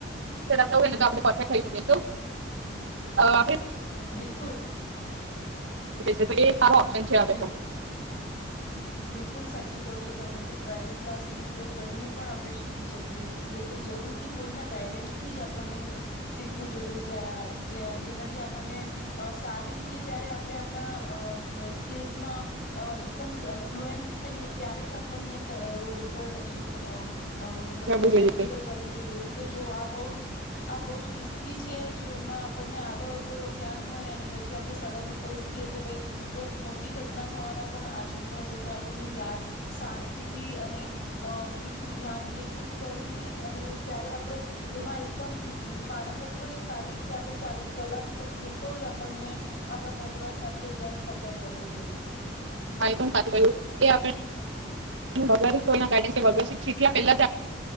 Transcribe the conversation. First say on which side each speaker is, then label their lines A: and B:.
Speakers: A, on the right; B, on the left.
A: ચલાવતા હોય ને તો આપણે પરફેક્ટ થઈ શકીએ તો અહ
B: બિલકુલ
A: <unintelligible> <unintelligible> સારો ઓપ્શન છે હવે
B: બિલકુલ
A: તો.
B: બિલકુલ સાચું કહો છો તમે કે ડ્રાઈવિંગ ક્લાસનો ઉપયોગ કરીને પણ આપણે શીખી શકીએ છે, તો જરૂરથી કોઈના ગાઈડન્સથી જ આપણને શીખવું જોઈએ. જ જ જેનાથી આપણને સારી રીતે જ્યારે આપણે આપણા અહ સ્કિલ્સમાં અહ એકદમ સ ફ્લુએંસ થઈએ ત્યારે જ આપણને રોડ સ ઉપર એનું અહ અહ મતલબ
A: જવું જોઈએ
B: પ્રેક્ટિકલ કરવું જોઈએ નહી તો જો આ બહુ જ આ બહુ જ રિસ્કી છે જો એમાં આપણને આધો અધોરો જ્ઞાન હોય અને પછી આપડે સડક ઉપર ઉતરીએ તો ભાઈ બહુ મોટી ઘટના થવાના પણ આશંકા છે. તો આપણને યાદ શાંતિથી અને અહ બિલકુલ ધ્યાન કેન્દ્રિત કરીને અને જયારે આપણે એમાં એકદમ પારંગત હોઈએ સારી રીતે આપણે ચાલ ચલાવી શકીએ તો જ આપણને આપણા પરિવાર સાથે ક્યાંક સફર કરવો જોઈએ.
A: હા એ પણ સાચું ક્હયું કે આપણે વગર કોઈના ગાઈડન્સ <unintelligible> પહેલા જ આ